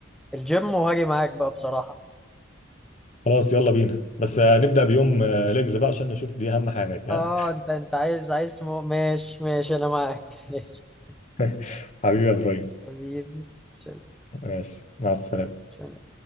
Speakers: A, in the centre; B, on the left.
A: الجيم وهاجي معاك بقى بصراحة
B: خلاص يلا بينا بس
A: خلاص.
B: آه، نبدا بيوم آه، ليجز بقى عشان نشوف دي اهم حاجه دي ها
A: اه انت انت عايز عايز تمو... ماشي ماشي انا معاك <laughs>
B: <laughs> حبيبي يا ابراهيم
A: حبيبي سلام
B: ماشي مع السلامه
A: سلام